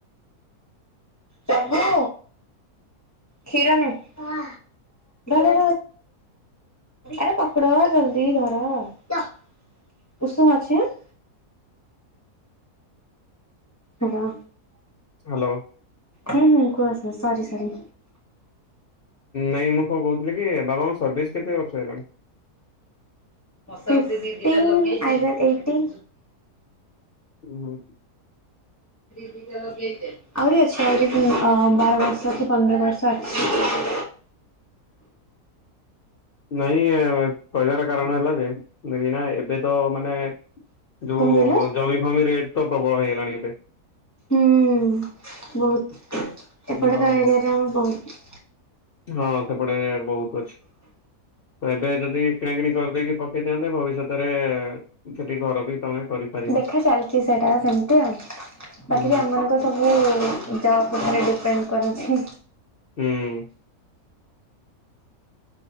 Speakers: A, on the left; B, on the left.
A: ପ୍ରଭୁ କ୍ଷୀର ନେ ଧ ଧ ଆରେ ପତ୍ର ଜଲଦି ଧର ତ ଉଷୁମ୍ ଅଛି ଆଁ ହ୍ୟାଲୋ
B: ହ୍ୟାଲୋ
A: ହୁଁ-ହୁଁ କୁହ କୁହ ସରି ସରି
B: ନାଇଁ ମୁଁ କଣ କହୁଥିଲି କି ବାବା ସର୍ଭିସ୍ କେତେ ବର୍ଷ ହେଲାଣି?
A: ଫିଂଟିଏଇଦର ଏଇଟି
B: ହୁଁ
A: ସେଇଟା ଲଗେଇ ଦେ ଆହୁରି ଅଛି ଆହୁରି ଅ ବାର ବର୍ଷ କି ପନ୍ଦର ବର୍ଷ ଅଛି।
B: ନାଇଁ କହିବାର କାରଣ ହେଲା ଯେ କାହିଁକି ନା ଏବେ ତ ମାନେ ଯୋଉଁ
A: କଣ କହିଲ?
B: ଜମିଫମି ରେଟ୍ ତ ପ୍ରବଳ ହେଇଗଲାଣି ଏବେ।
A: ହୁଁ ବହୁତ ଏପଟେ
B: ଆଉ
A: ତ ଏରିଆରେ ଆମେ ବହୁତ।
B: ହଁ ସେପଟେ ବହୁତ ଅଛି। ତ ଏବେ ଯଦି କିଣାକିଣି କରିଦେଇକି ପକେଇଦିଅନ୍ତ ଭବିଷ୍ୟତରେ ସେଠି ଘର ବି ତମେ କରିପାରିବ।
A: ଦେଖା ଚାଲିଛି ସେଟା ସେମତି ଆଉ
B: ହୁଁ
A: ବାକି
B: ହୁଁ
A: ଆମ ମାନଙ୍କର ସବୁ ଜବ୍ ଉପରେ ଡିପେଣ୍ଡ କରୁଛି।
B: ହୁଁ।